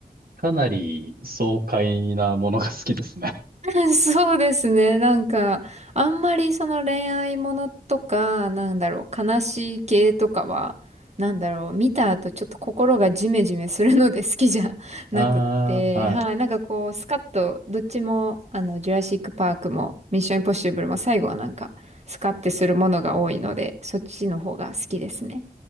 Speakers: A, on the right; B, on the right.
A: かなり爽快なものが好きですね。<laughs>
B: <laughs> そうですね。なんか、あんまりその恋愛ものとか、なんだろう、悲しい系とかは、なんだろう、見た後ちょっと心がジメジメするので好きじゃ <laughs> なくって、
A: ああ、はい。
B: はい。なんかこう、スカッと、どっちも、あの、ジュラシックパークも、ミッションインポッシブルも最後はなんか、スカッてするものが多いので、そっちの方が好きですね。